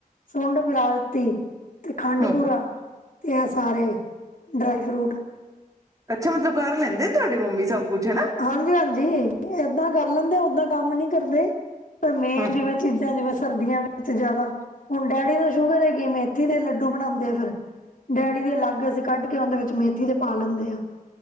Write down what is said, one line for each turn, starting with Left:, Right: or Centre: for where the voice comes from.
Left: ਸੁੰਡ ਮਿਲਾ ਦਿੱਤੀ ਤੇ ਖੰਡ
Right: ਹਮ
Left: ਬੁਰਾ ਤੇ ਇਹ ਸਾਰੇ ਡਰਾਈ ਫਰੂਟ
Right: ਅੱਛਾ ਮਤਲਬ ਕਰ ਲੈਂਦੇ ਨੇ ਤੁਹਾਡੇ ਮੰਮੀ ਸਭ ਕੁੱਛ ਹੈਨਾ
Left: ਹਾਂਜੀ ਹਾਂਜੀ ਏਦਾਂ ਕਰ ਲੈਂਦੇ ਓਦਾਂ ਕੰਮ ਨੀ ਕਰਦੇ ਮੇਨ
Right: ਹੂੰ
Left: ਜਿਵੇਂ ਚੀਜ਼ਾਂ ਜਿਵੇਂ ਸਰਦੀਆਂ ਵਿੱਚ ਜ਼ਿਆਦਾ ਹੁਣ ਡੈਡੀ ਨੂੰ ਸੁਗਰ ਹੈਗੀ ਏ ਮੇਥੀ ਦੇ ਲੱਡੂ ਬਣਾਉਂਦੇ ਫਿਰ ਡੈਡੀ ਦੇ ਅਲੱਗ ਅਸੀਂ ਕੱਢ ਕੇ ਓਂਦੇ ਵਿੱਚ ਮੇਥੀ ਦੇ ਪਾ ਲੈਂਦੇ ਹਾਂ